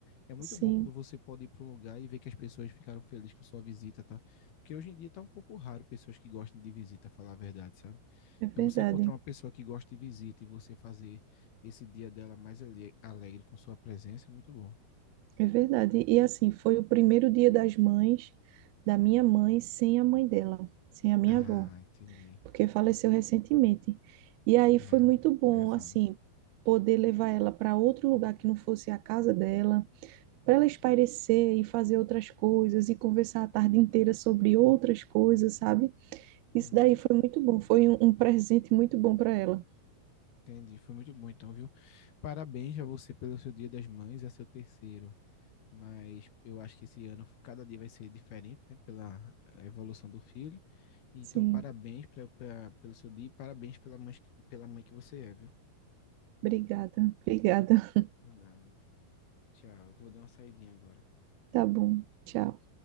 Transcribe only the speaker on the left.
É muito
bom quando você pode ir para um lugar e ver que as pessoas ficaram felizes com sua visita, tá? Porque hoje em dia tá um pouco raro pessoas que gostem de visita, falar a verdade, sabe?
Então você encontrar uma pessoa que gosta de visita e você fazer esse dia dela mais ale- alegre com sua presença é muito bom.
Ah,
entendi.
É,
pesado.
Uhum.
Entendi, foi muito bom então, viu? Parabéns a você pelo seu Dia das Mães, é seu terceiro, mas eu acho que esse ano cada dia vai ser diferente, né, pela evolução do filho. Então,
parabéns pra, pra- pelo seu dia e parabéns pela mãe, pela mãe que você é, viu?
Por nada. Tchau, eu vou dar uma saidinha agora.